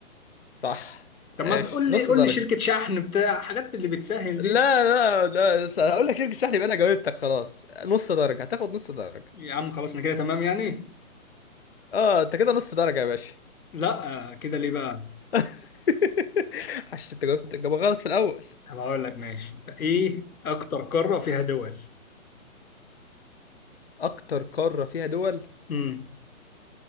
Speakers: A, on the left; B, on the left.
A: صح
B: طب
A: ماشي
B: ما تقول
A: نص
B: لي قول
A: درجه
B: لي شركة شحن بتاع حاجات اللي بتسهل
A: لا
B: دي
A: لا لا س- هقول لك شركه شحن يبقى انا جاوبتك خلاص نص درجه هتاخد نص درجه
B: يا عم خلاص انا كده تمام يعني
A: اه انت كده نص درجه يا باشا
B: لا آه، كده ليه بقى
A: <laughs> عشان انت جاوبت الجواب غلط في الاول
B: هبقى اقول لك ماشي ايه اكتر قارة فيها دول
A: اكتر قاره فيها دول
B: امم